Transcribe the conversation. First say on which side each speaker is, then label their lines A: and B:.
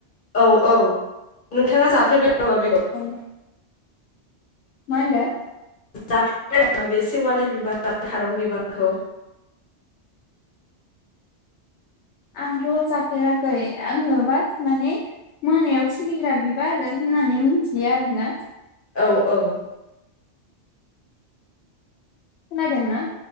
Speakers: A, on the left; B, on the left.
A: औ औ। नोंथाङा जाफेरबाय नामा बे
B: ओं मा होनदो?
A: जा <unintelligible> नामा बे सेवालि बिबार आरो खारं बिबारखौ?
B: आंथ' जाफेराखै आङो बास माने मोनायाव सिरिग्रा बिबार होननानै मिथियो आरोना।
A: औ औ
B: खोनादोंना?